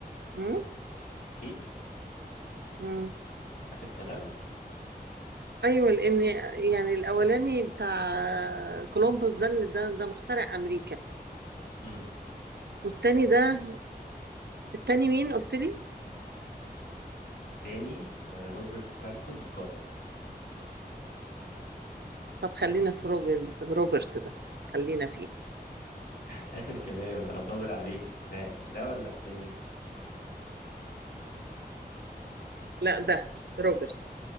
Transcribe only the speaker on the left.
أكيد
آخر كلام
مم.
تاني آه روبرت فالكون سكوت
آخر كلام أنا صابر عليكي ها ده ولا التاني